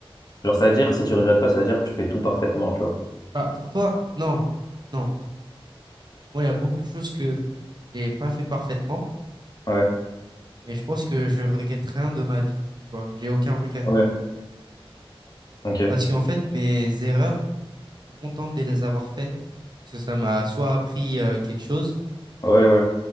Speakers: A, on the left (about 40°); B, on the right (about 45°).
A: Genre, ça veut dire, si tu regrettes pas, ça veut dire que tu fais tout parfaitement, tu vois.
B: bah, pour toi, non, non. Moi, il y a beaucoup de choses que j'ai pas fait parfaitement,
A: Ouais,
B: mais je pense que je regrette rien de ma vie. Tu vois, j'ai aucun regret.
A: Ouais, ok,
B: Parce qu'en fait, mes erreurs, je suis content de les avoir fait. Parce que ça m'a soit appris euh, quelque chose,
A: ouais, ouais.